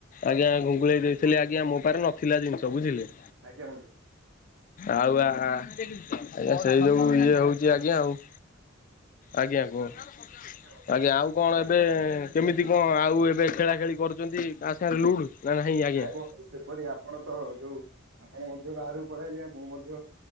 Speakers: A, on the left; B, on the right.
A: ଆଜ୍ଞା ଘୁଙ୍ଗୁଳେଇ ଦେଇଥିଲେ ଆଜ୍ଞା ମୋ ପାଖ ନଥିଲା ଜିନିଷ ବୁଝିଲେ।
B: ଆଜ୍ଞା ବନ୍ଧୁ।
A: ଆଉ ଆ ଆଜ୍ଞା ସେଇ ସବୁ ଇଏ ହଉଛି ଆଜ୍ଞା ଆଉ। ଆଜ୍ଞା କୁହ?
B: ଆଜ୍ଞା ବନ୍ଧୁ।
A: ଆଜ୍ଞା ଆଉ କଣ ଏବେ କେମିତି କଣ ଆଉ ଏବେ ଖେଳା ଖେଳି କରୁଛନ୍ତି। ଆଚ୍ଛା ଲୁଡୁ ନାଁ ନାହିଁ ଆଜ୍ଞା।
B: ନାଇଁ ବନ୍ଧୁ ସେପରି ଆପଣ ତ ଯୋଉ ଆପଣ ମଧ୍ୟ ବାହାରକୁ ପଳେଇଲେ ମୁଁ ମଧ୍ୟ